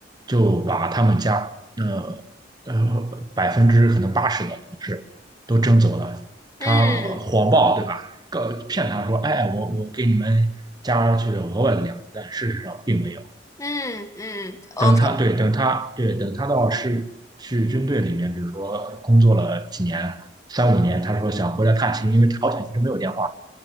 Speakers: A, on the right; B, on the left.
A: 就把他们家呃呃百分之可能八十的粮食都征走了。他谎报对吧？
B: 嗯
A: 告骗他说，哎，我我给你们加去了额外的粮食，但事实上并没有。
B: 嗯嗯，OK，
A: 等他对等他对等他到是去军队里面，比如说工作了几年三五年，他说想回来探亲，因为朝鲜其实没有电话。